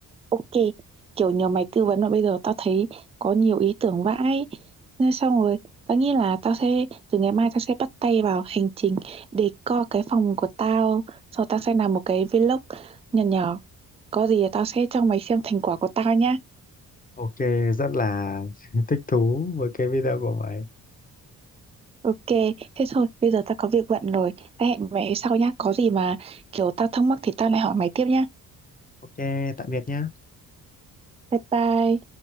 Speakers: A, on the right (about 15°); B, on the left (about 20°).
A: ok kiểu nhờ mày tư vấn mà bây giờ tao thấy có nhiều ý tưởng vãi nên xong rồi tao nghĩ là tao sẽ từ ngày mai tao sẽ bắt tay vào hành trình để co cái phòng của tao sau tao sẽ làm một cái vlog nhỏ nhỏ có gì là tao sẽ cho mày xem thành quả của tao nhá
B: Ok, rất là <laughs> thích thú với cái video của mày.
A: ok thế thôi bây giờ tao có việc bận rồi tao hẹn mày sau nhá có gì mà kiểu tao thắc mắc thì tao lại hỏi mày tiếp nhá
B: Ok, tạm biệt nhá.
A: bye bye